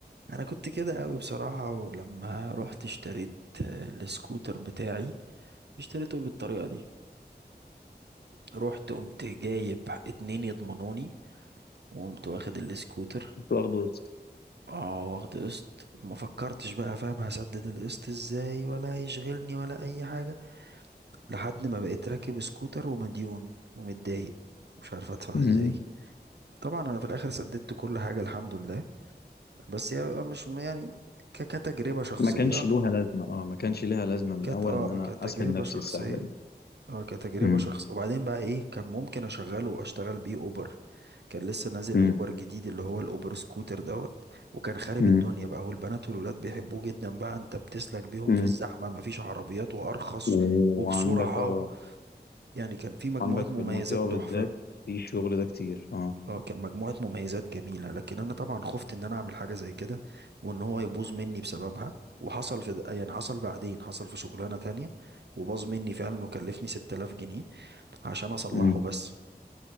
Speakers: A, on the right; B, on the left.
A: انا كنت كده قوي بصراحة ولما رحت اشتريت آه، السكوتر بتاعي اشتريته بالطريقة دي رحت قمت جايب اتنين يضمنوني وقمت واخد السكوتر
B: كنت واخده
A: اه واخد قسط وما فكرتش بقى فاهم هسدد القسط ازاي ولا هيشغلني ولا اي حاجة لحد ما بقيت راكب سكوتر ومديون ومتضايق مش عارف ادفع
B: مم.
A: ازاي طبعا انا في الاخر سددت كل حاجة الحمد لله بس هي مش يعني ك- كتجربة شخصية
B: ما كانش لوها لازمة اه ما كانش ليها لازمة من
A: كانت
B: الأول
A: اه
B: إن أنا
A: كتجربة
B: أسحل نفسي
A: شخصية
B: السحلة دي
A: اه كتجربة
B: مم.
A: شخص وبعدين بقى ايه كان ممكن اشغله واشتغل بيه اوبر كان لسه نازل
B: مم.
A: الاوبر جديد اللي هو الاوبر سكوتر دوت وكان خارب
B: مم.
A: الدنيا بقى والبنات والولاد بيحبوه جدا بقى انت بتسلك بيهم
B: مم.
A: في الزحمة مفيش عربيات وارخص
B: وعندك
A: وبسرعة
B: اه
A: و... يعني كان في مجموعة
B: عندك
A: مميزات
B: في المنطقة بالذات
A: تحفة
B: في الشغل ده كتير اه
A: اه كان مجموعة مميزات جميلة لكن انا طبعا خفت ان انا اعمل حاجة زي كده وان هو يبوظ مني بسببها وحصل في د- يعني حصل بعدين حصل في شغلانة تانية وباظ مني فعلا وكلفني 6000 جنيه عشان اصلحه
B: مم.
A: بس